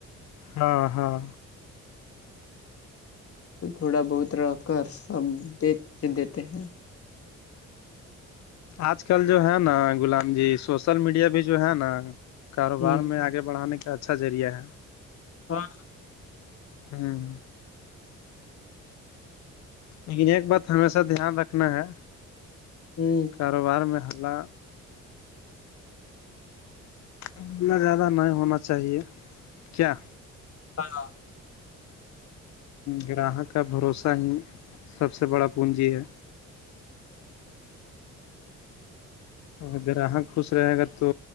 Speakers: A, on the left (about 65°); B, on the left (about 50°).
A: ہاں ہاں
B: تو تھوڑا بہت راک کا سب بیچ دیتے ہیں
A: آج کل جو ہے نا غلام جی سوشل میڈیا بھی جو ہے نا کاروبار
B: ہ
A: میں آگے بڑھانے کا اچھا ذریعہ ہے
B: ہاں
A: ہوں لیکن ایک بات ہمیشہ دھیان رکھنا ہے
B: ہوں
A: کاروبار میں حلہ اتنا زیادہ نہیں ہونا چاہیے کیا
B: ہاں
A: گراہک کا بھروسہ ہی سب سے بڑا پونجی ہے اگراہگ خوش رہے گا تو